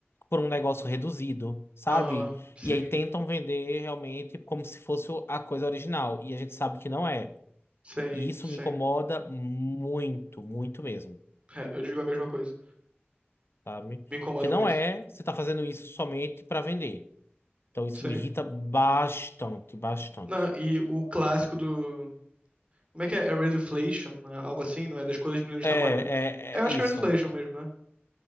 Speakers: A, on the left (about 75°); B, on the right (about 30°).
A: por um negócio reduzido, sabe?
B: Aham, sim,
A: E aí tentam vender realmente como se fosse a coisa original e a gente sabe que não é.
B: sim,
A: E isso
B: sim.
A: me incomoda muito, muito mesmo,
B: É, eu digo a mesma coisa.
A: sabe?
B: Me incomoda
A: Porque não
B: muito.
A: é, você tá fazendo isso somente pra vender. Então isso
B: Sim.
A: me irrita bastante, bastante.
B: Não, e o clássico do. Como é que é? É Reduflation, né? Algo assim, não é? Das coisas diminuindo de
A: É,
B: tamanho. É, Eu
A: é,
B: acho
A: é isso.
B: que é Reduflation mesmo, né?